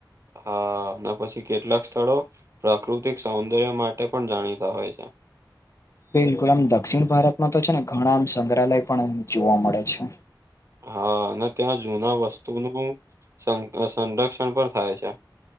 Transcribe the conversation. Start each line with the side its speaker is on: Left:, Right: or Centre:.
Right: હા ના પછી કેટલાક સ્થળો પ્રાકૃતિક સૌંદર્ય માટે પણ જાણીતા હોય છે.
Left: બિલકુલ આમ દક્ષિણ ભારતમાં તો છેને, ઘણા આમ સંગ્રહાલય પણ જોવા મળે છે.
Right: હા અને ત્યાં જૂના વસ્તુનું સંરક્ષણ પણ થાય છે.